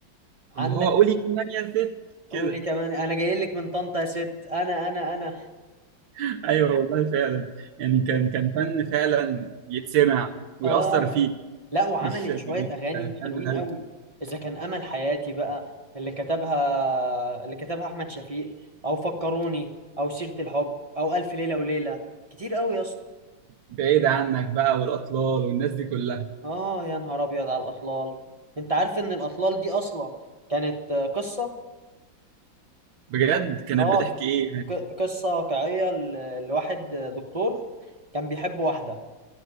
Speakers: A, on the right; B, on the right.
A: عندك
B: اللي هو قولي كمان يا ست
A: قولي
B: كده
A: كمان انا جاي لك من طنطا يا ست انا انا انا
B: <laughs> ايوه والله فعلا يعني كان كان فن فعلا يتسمع ويأثر
A: اه
B: فيك
A: لا وعملت
B: مش
A: شوية
B: مش
A: أغاني
B: فن
A: حلوين
B: هل
A: قوي إذا كان أمل حياتي بقى اللي كتبها اللي كتبها أحمد شفيق أو فكروني أو سيرة الحب أو ألف ليلة وليلة كتير قوي يا اسطى
B: بعيد عنك بقى والأطلال والناس دي كلها
A: آه يا نهار أبيض على الأطلال أنت عارف إن الأطلال دي أصلا كانت قصة
B: بجد كانت
A: آه
B: بتحكي ايه يعني
A: ق- قصة واقعية ل- لواحد دكتور كان بيحب واحدة